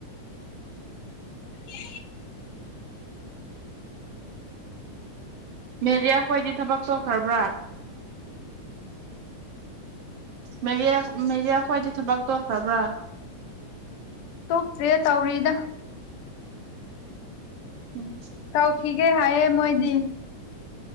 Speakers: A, on the left; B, on the right.
A: <unintelligible>
B: ꯎ ꯦꯔꯤꯌꯥ ꯈꯣꯏꯗꯤ ꯊꯕꯛ ꯆꯣꯛꯈ꯭ꯔꯕ꯭ꯔꯥ ꯃꯦꯔꯤꯌꯥ ꯃꯦꯔꯤꯌꯥ ꯈ꯭ꯋꯥꯗꯤ ꯊꯕꯛ ꯇꯧꯈ꯭ꯔꯕ꯭ꯔꯥ
A: ꯇꯣꯛꯇ꯭ꯔꯤ ꯇꯧꯔꯤꯗ
B: ꯎꯝ
A: ꯇꯧꯈꯤꯒꯦ ꯍꯥꯏ ꯑꯦ ꯃꯣꯏꯗꯤ